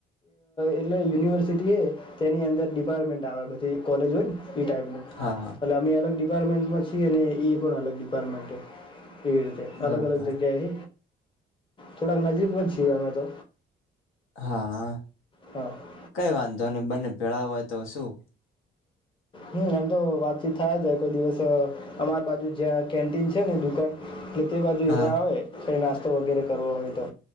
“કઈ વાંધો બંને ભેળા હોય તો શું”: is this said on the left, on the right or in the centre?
Left